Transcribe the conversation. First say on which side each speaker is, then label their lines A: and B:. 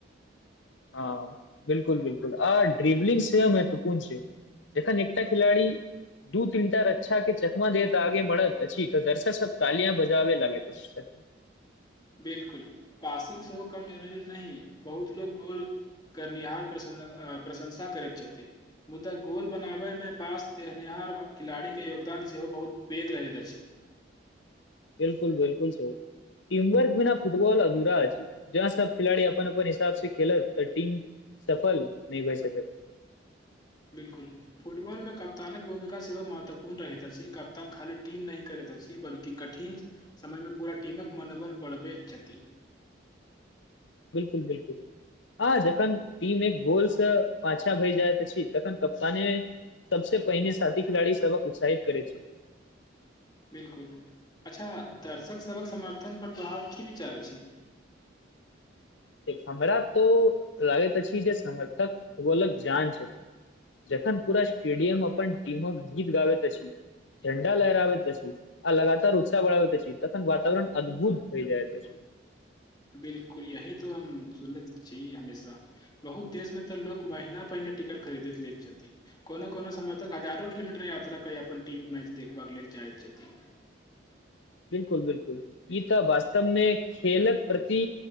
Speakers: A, on the left (about 70°); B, on the left (about 20°).
A: हँ, बिल्कुल-बिल्कुल आ ड्रिवलिंग सेहो महत्त्वपूर्ण छै जखन एकटा खिलाड़ी दू तीनटा रक्षाके चकमा दे तऽ आगे बढत अछि तऽ दर्शक सब तालिया बजाबे लागे अछि। नि <unintelligible>
B: बिल्कुल, पासिंग सेहो कम जरूरी नहि अछि, बहुत लोक गोल करनिहार प्रशंसा करैत छथि। मुदा गोल बनाबऽमे पास तनिहार खिलाड़ीके योगदान सेहो बहुत पैघ रहैत अछि।
A: बिल्कुल बिल्कुल। टीम वर्क बिना फुटबल अधूरा अछि। जै सब खिलाड़ी अपन अपन हिसाब से खेलत तकर टीम सफल नहि भए सकत
B: बिलकुल फुटबॉल मे कप्तानक भूमिका सेहो महत्वपूर्ण रहैत अछि कप्तान खाली टीम नहि करैत अछि बल्कि कठिन समझ लु पूरा टीमक मनोबल बढ़बैत छथि
A: बिलकुल बिलकुल आ जखन टीम एक गोलसँ पाछा भय जाय तखन कप्तान सबसँ पहिने साथी खिलाड़ी सबक उत्साहित करैत छथि
B: बिलकुल अच्छ दर्शक सबक समर्थन पर तोहार की विचार अछि
A: हमरा तो लागे अछि जे समर्थक गेल क जान छथिन जखनपुरा स्टेडियम अपन टीम क गीत गाबे अछि झंडा लहराबैत अछि आ लगातार उत्साह वढ़बै त छी तखन वातावरण अद्भुत होइ जाइ त छी
B: बिलकुल यही त हम सुनने छिए हमेशा बहुत देश में तऽ लोग महीना पहिने टिकट खरीद लैत छथिन कोनो कोनो समर्थक हजारो किलोमीटर यात्रा करेए अपन टीम मैच देखबाक लेल जाइ छथि
A: बिलकुल बिलकुल ई तऽ वास्तवमे खेलक प्रति